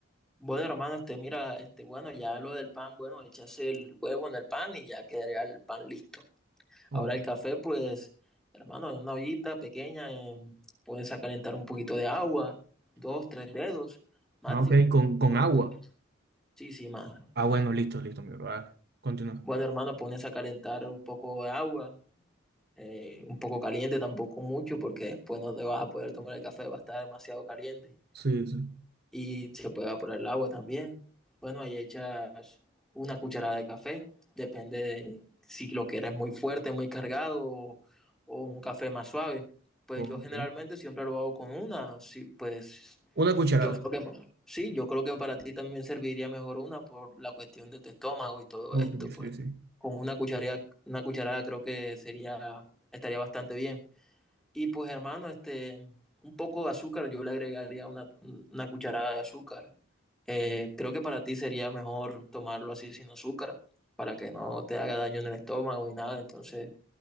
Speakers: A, in the centre; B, on the right.
A: bueno, hermano, este, mira, este, bueno, ya lo del pan, bueno, echas el huevo en el pan y ya quedaría el pan listo.
B: Oh,
A: Ahora el café, pues, hermano, en una ollita pequeña, em, puedes a calentar un poquito de agua, dos, tres dedos máximo,
B: Ah, ok, con, con
A: porque
B: agua.
A: sí, sí, más.
B: Ah, bueno, listo, listo, mi bro. Vale, continúa.
A: Bueno, hermano, pones a calentar un poco de agua, eh, un poco caliente, tampoco mucho, porque después no te vas a poder tomar el café, va a estar demasiado caliente.
B: Sí, sí.
A: y se puede evaporar el agua también. Bueno, ahí echas una cucharada de café, depende de si lo quieres muy fuerte, muy cargado o, o un café más suave. Pues
B: Ok.
A: yo generalmente siempre lo hago con una, sí, pues
B: Una cucharada.
A: yo creo que sí, yo creo que para ti también serviría mejor una por la cuestión de tu estómago y todo
B: Ok,
A: esto, pues
B: sí, sí.
A: con una cucharada, una cucharada creo que sería, estaría bastante bien. Y pues hermano, este, un poco de azúcar, yo le agregaría una, una cucharada de azúcar. Eh, creo que para ti sería mejor tomarlo así sin azúcar, para que no te haga daño en el estómago y nada. Entonces,